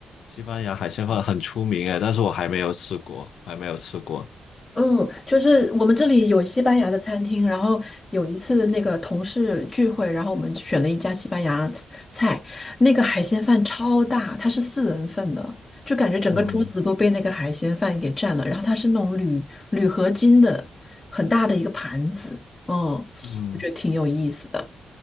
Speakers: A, on the left (about 85°); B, on the left (about 25°).
A: 西班牙海鲜饭很出名哎，但是我还没有吃过，还没有吃过。
B: 嗯，就是我们这里有西班牙的餐厅，然后有一次那个同事聚会，然后我们选了一家西班牙菜，那个海鲜饭超大，它是四人份的，就感觉整个桌子都被那个海鲜饭给占了。
A: 嗯
B: 然后它是那种铝铝合金的很大的一个盘子，嗯，
A: 嗯，
B: 我觉得挺有意思的。